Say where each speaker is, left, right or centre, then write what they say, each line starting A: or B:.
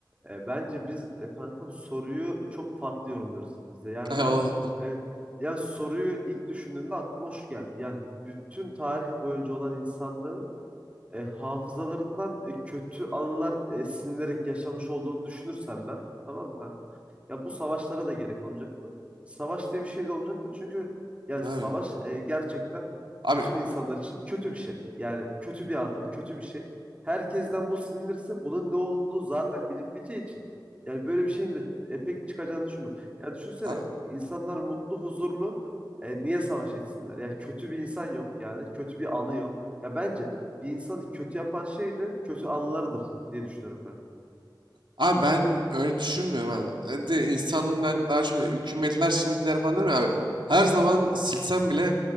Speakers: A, on the right; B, on the right.
A: E, bence biz e, kankam soruyu çok farklı yorumluyoruz ikimiz de. Yani
B: <laughs>
A: ben e, ya soruyu ilk düşündüğümde aklıma şu geldi. Yani bütün tarih boyunca olan insanların e, hafızalarından e, kötü anılar e, silinerek yaşamış olduğunu düşünürsem ben tamam mı kanka? Ya bu savaşlara da gerek olmayacaktı. Savaş diye bir şey de olmayacaktı çünkü yani
B: Abi,
A: savaş e, gerçekten
B: abi
A: bütün insanlar için kötü bir şey. Yani kötü bir anı, kötü bir şey. Herkesten bu silinirse bunun ne olunduğu zaten bilinmeyeceği için yani böyle bir şeyin de e, pek çıkacağını düşünmüyorum. Ya düşünsene
B: Abi,
A: insanlar mutlu, huzurlu. E, niye savaş etsinler? Yani kötü bir insan yok yani. Kötü bir anı yok. Ya bence bir insanı kötü yapan şey de kötü anılarıdır diye düşünüyorum kanka.
B: abi ben öyle düşünmüyorum abi. E De insanın ben daha çok hükümetler şimdikiler falan değil mi abi? Her zaman silsem bile